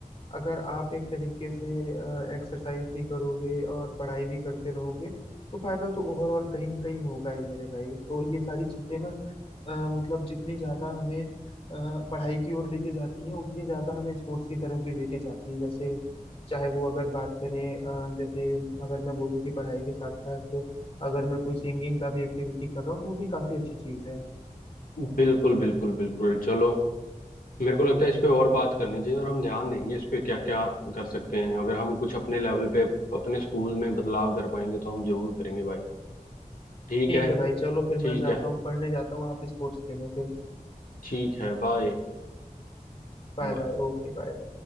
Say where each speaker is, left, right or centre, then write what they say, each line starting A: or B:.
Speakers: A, on the left; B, on the left.
A: अगर आप एक तरीके से एक्सरसाइज भी करोगे और पढ़ाई भी करते रहोगे तो फायदा तो ओवरऑल कहीं ना कहीं होगा ही मेरे भाई तो ये सारी चीजें ना अ, मतलब जितनी ज्यादा हमें अ, पढ़ाई की ओर लेके जाती हैं उतनी ज्यादा हमें स्पोर्ट्स की तरफ भी लेके जाती हैं जैसे चाहे वो अगर बात करें अ, जैसे अगर मैं बोलूँ कि पढ़ाई के साथ साथ अगर मैं कोई सिंगिंग का भी एक्टिविटी कर रहा हूँ तो वो भी काफी अच्छी चीज है
B: बिल्कुल बिल्कुल बिल्कुल चलो मेरे को लगता है इस पे और बात करनी चाहिए और हम ध्यान देंगे इस पे क्या क्या कर सकते हैं अगर हम कुछ अपने लेवल पे अपने स्कूल में बदलाव कर पाएंगे तो हम जरूर करेंगे भाई ठीक
A: ठीक
B: है
A: है भाई चलो फिर
B: ठीक
A: मैं जाता
B: है
A: हूँ पढ़ने जाता हूँ आप स्पोर्ट्स खेलो फिर
B: ठीक है बाय
A: Bye
B: बाय
A: bye okay bye